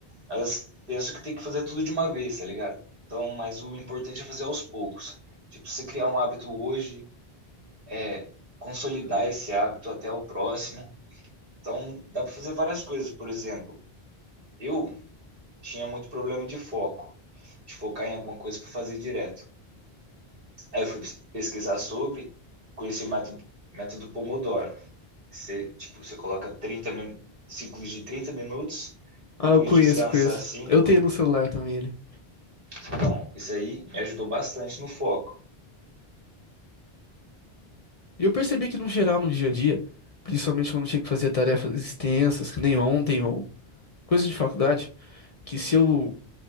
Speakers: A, on the right; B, on the left.
A: elas pensam que tem que fazer tudo de uma vez, tá ligado? Então, mas o importante é fazer aos poucos. Tipo, você criar um hábito hoje, é consolidar esse hábito até o próximo. Então, dá para fazer várias coisas. Por exemplo, eu tinha muito problema de foco, de focar em alguma coisa para fazer direto. Aí eu fui pesquisar sobre, conheci o método, método Pomodoro, que você, tipo, você coloca 30 ciclos de 30 minutos,
B: Ah,
A: depois
B: eu conheço,
A: descansa
B: conheço.
A: 5.
B: Eu tenho no celular também ele.
A: Então, isso aí me ajudou bastante no foco.
B: E eu percebi que no geral, no dia a dia, principalmente quando eu tinha que fazer tarefas extensas, que nem ontem ou coisa de faculdade, que se eu